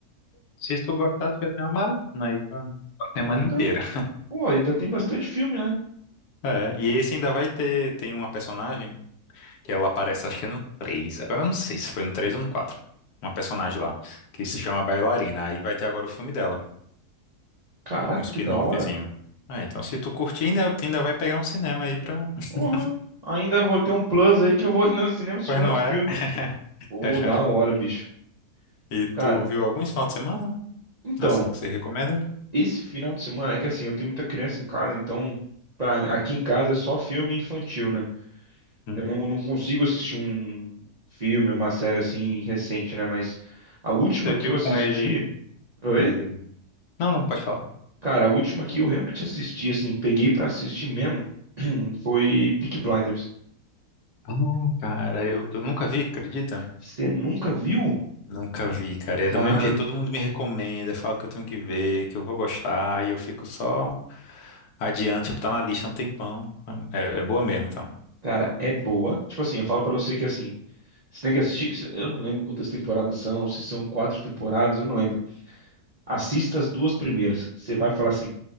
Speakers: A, on the left; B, on the right.
A: Se tu gostar, tu já tem uma maratona aí pra A semana
B: Então,
A: inteira.
B: pô, ainda tem bastante filme, né?
A: É, e esse ainda vai ter, tem uma personagem que ela aparece, acho que é no três agora eu não sei se foi no 3 ou no quatro uma personagem lá, que se chama Bailarina, aí vai ter agora o filme dela,
B: Caraca,
A: tipo um spin-offzinho.
B: que da hora.
A: Ah, então se tu curtir, ainda, tu ainda vai pegar um cinema aí pra... <laughs>
B: Porra. Ainda vou ter um plus aí que eu vou <laughs> no cinema assistir
A: Pois
B: um
A: não
B: outro
A: é?
B: filme. Pô,
A: <laughs>
B: da hora, bicho.
A: E
B: Cara,
A: tu viu algum esse final de semana?
B: então,
A: Assim que você recomenda?
B: esse final de semana é que assim, eu tenho muita criança em casa, então pra- aqui em casa é só filme infantil, né?
A: Hum.
B: Eu não, não consigo assistir um filme, uma série assim recente, né? Mas a última
A: Você
B: que
A: viu
B: eu assisti.
A: com ele...
B: Oi?
A: Não, diga. Não, não, pode falar.
B: Cara, a última que eu realmente assisti, assim, peguei pra assistir mesmo, <clears throat> foi Peaky Blinders.
A: Ah, cara, eu, eu nunca vi, acredita?
B: Você nunca viu?
A: Nunca vi, cara. E É
B: Cara,
A: do mesmo jeito, todo mundo me recomenda, fala que eu tenho que ver, que eu vou gostar, e eu fico só adiante tipo, tá na lista há um tempão. É, é boa mesmo, então.
B: cara, é boa. Tipo assim, eu falo pra você que assim, você tem que assistir. se- Eu não lembro quantas temporadas são, se são quatro temporadas, eu não lembro. Assista as duas primeiras. Você vai falar assim,